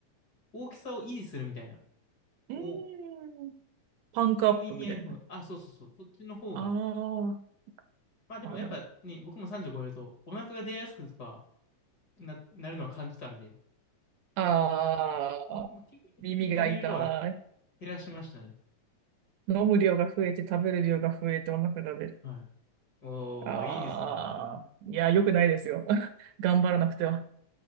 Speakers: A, on the left (about 40°); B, on the right (about 80°).
A: 大きさを維持するみたいな、を
B: うーん、パンクアップみたいな。
A: いう意味合いの方が、あ、そうそうそう、そっちの方が。
B: あ
A: まあでもやっぱね、
B: あ、あ、でも。
A: 僕も30超えるとお腹が出やすくとかな、なるのは感じたんで、
B: ああ、
A: まあ、結構意図的に食べれる量は
B: 耳が痛い。
A: 減らしましたね。
B: 飲む量が増えて食べる量が増えてお腹が出る。
A: はいおー、
B: ああ、
A: いいですね。
B: いや、良くないですよ。<laughs> 頑張らなくては。